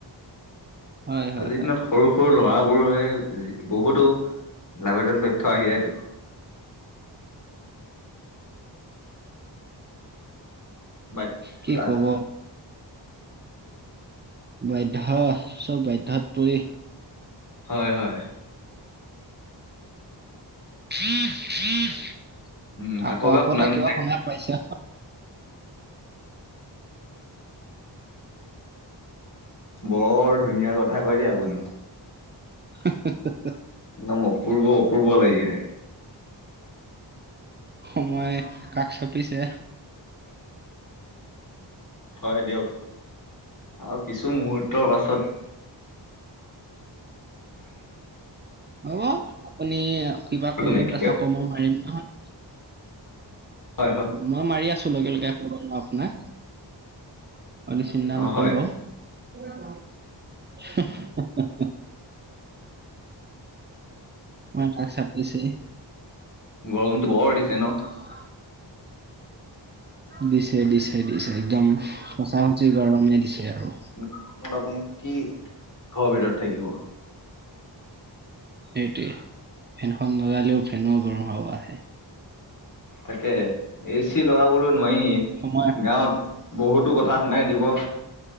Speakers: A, on the right; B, on the left.
A: হয় হয়
B: আজিৰ
A: হয়
B: দিনত সৰু সৰু ল'ৰাবোৰৰে বহুতো লাগতিয়াল তথ্য আহি যায়তো। বাক্য
A: কি
B: ৰাহটো।
A: ক'ব। বাধ্য, চব বাধ্যত পৰি
B: হয়, হয়।
A: হম হম <unintelligible>
B: উম
A: আকৌ,
B: এবাৰ
A: আকৌ
B: শুনা
A: এটা
B: নিচিনা
A: কিবা
B: লাগিব
A: শুনাই পাইছো।
B: বৰ ধুনীয়া কথা কয় দেই আপুনি।
A: হ <unintelligible>
B: একদম অপূৰ্ব অপূৰ্ব লাগি যায়।
A: সময় কাষ চাপিছে।
B: হয় দিয়ক। আৰু কিছু মুহূৰ্তৰ পাছত
A: হ'ব আপুনি কিবা কৰিলেও
B: নাইকিয়া
A: প আকৌ মই মাৰিম নহয়।
B: হয়, হয়।
A: মই মাৰি আছো লগে লগে আপোনাক, আপুনি চিন্তা
B: অ
A: নকৰিব।
B: হয়
A: <unintelligible> ময় কাষ চাপিছেই।
B: গৰমতটো বৰ দিছে ন?
A: হয়। <unintelligible> দিছে, দিছে, দিছে একদম সঁচা সুচি গৰমে দিছে আৰু।
B: এনেকুৱা গৰমত আপুনি কি ঘৰৰ ভিতৰত থাকিব।
A: সেইটোৱে, ফেনখন লগালেও ফেনৰো গৰম হাৱা আহে।
B: তাকে। এ চি লগাবলৈ নোৱাৰি,
A: সময়
B: গাঁৱত বহুতো কথা শুনাই দিব।